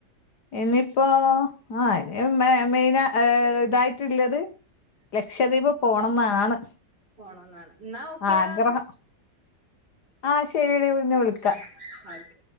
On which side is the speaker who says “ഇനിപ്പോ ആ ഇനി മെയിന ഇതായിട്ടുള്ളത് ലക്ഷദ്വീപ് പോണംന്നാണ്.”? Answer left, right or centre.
Left